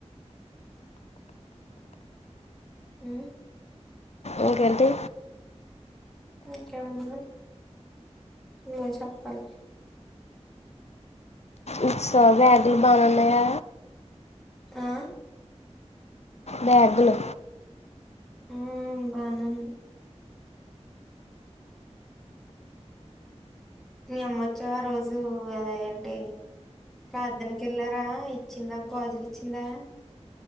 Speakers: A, in the centre; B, on the left (about 70°).
A: మ్
B: ఇంకేంటి
A: ఇంకేం ఉంది నువ్వే చెప్పాలి
B: ఇచ్చేసావ బ్యాగ్లు బానే ఉన్నాయ
A: ఆ..
B: బ్యాగ్లు
A: మ్ బానే ఉన్నాయ్ మీ అమ్మ వచ్చి ఆ రోజు అ ఏంటి ప్రార్థన కెళ్ళార ఇచ్చిందా గాజులు ఇచ్చిందా